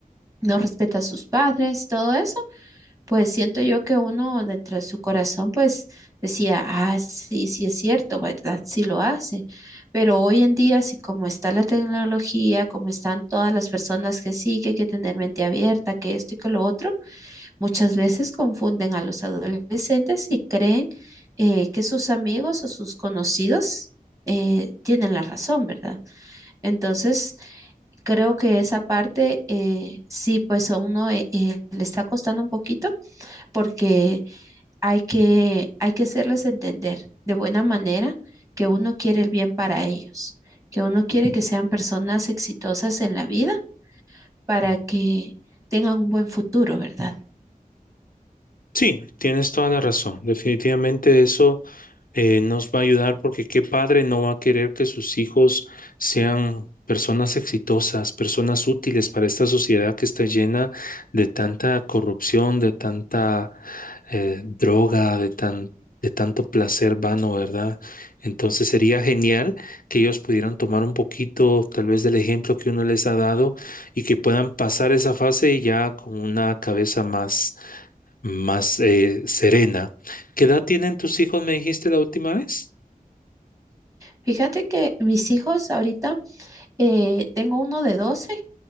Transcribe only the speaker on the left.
Sí, tienes toda la razón. Definitivamente eso eh, nos va a ayudar porque qué padre no va a querer que sus hijos sean personas exitosas, personas útiles para esta sociedad que está llena de tanta corrupción, de tanta eh, droga, de tan, de tanto placer vano, ¿verdad? Entonces sería genial que ellos pudieran tomar un poquito, tal vez, del ejemplo que uno les ha dado y que puedan pasar esa fase ya con una cabeza más más eh, serena. ¿Qué edad tienen tus hijos, me dijiste la última vez?